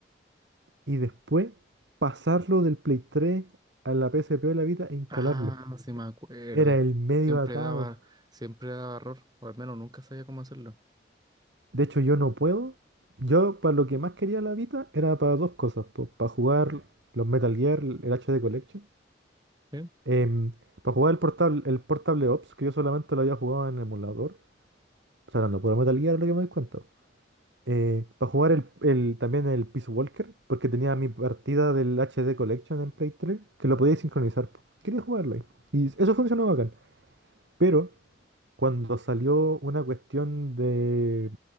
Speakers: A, on the right (about 85°); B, on the right (about 20°).
A: y después pasarlo del Play 3 a la PSP o la Vita e instalarlo.
B: Ah, claro. sí me acuerdo.
A: Era el medio
B: Siempre
A: atado.
B: daba, siempre daba error, o al menos nunca sabía cómo hacerlo.
A: De hecho, yo no puedo. Yo, para lo que más quería la Vita, era para dos cosas, pues, para jugar los Metal Gear, el HD Collection
B: Sí.
A: Em, para jugar el portable, el Portable Ops, que yo solamente lo había jugado en emulador, o sea, hablando pura Metal Gear, lo que me doy cuenta. Eh, para jugar el, el- también el Peace Walker, porque tenía mi partida del HD Collection en Play 3, que lo podía sincronizar. po. Quería jugarla ahí. Y eso funcionó bacán. Pero cuando salió una cuestión de...